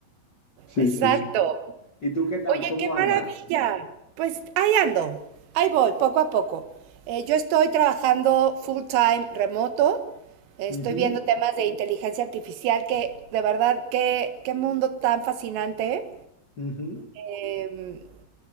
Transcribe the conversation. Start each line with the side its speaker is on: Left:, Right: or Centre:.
Left: Sí,
Right: Exacto.
Left: sí. ¿Y tú qué tal?
Right: Oye,
Left: ¿Cómo
Right: qué
Left: andas?
Right: maravilla. Pues ahí ando, ahí voy, poco a poco. Eh, yo estoy trabajando full time remoto, estoy
Left: Ujú,
Right: viendo temas de inteligencia artificial que de verdad, qué, qué mundo tan fascinante.
Left: ujú,
Right: Em,